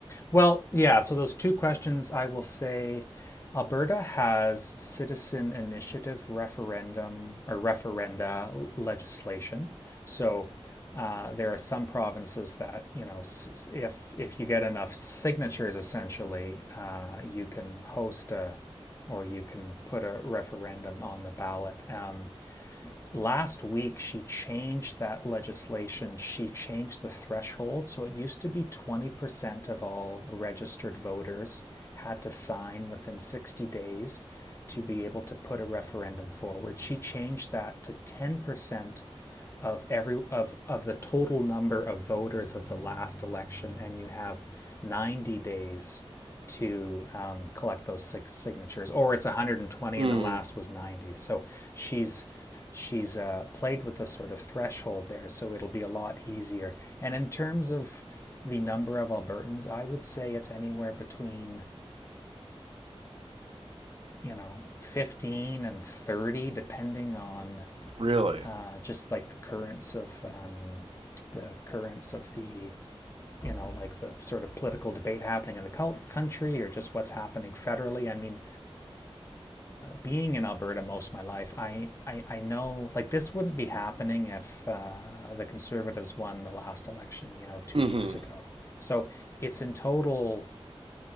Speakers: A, on the left; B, on the right.
A: Well, yeah, so those two questions, I will say Alberta has citizen initiative referendum or referenda legislation. So uh, there are some provinces that, you know, s- if, if you get enough signatures, essentially, uh, you can host a or you can put a referendum on the ballot. Um, last week she changed that legislation. She changed the threshold. So it used to be 20% of all registered voters had to sign within 60 days to be able to put a referendum forward. She changed that to 10% of every of of the total number of voters of the last election, and you have 90 days to um, collect those sig- signatures, or it's 120
B: Mm.
A: and the last was 90. So she's she's uh, played with the sort of threshold there, so it'll be a lot easier. And in terms of the number of Albertans, I would say it's anywhere between you know 15 and 30, depending on
B: Really?
A: Uh, just like the currents of um, the currents of the you know like the sort of political debate happening in the country or just what's happening federally i mean being in alberta most of my life i i, I know like this wouldn't be happening if uh, the conservatives won the last election you know two
B: Mm-hmm.
A: weeks ago so it's in total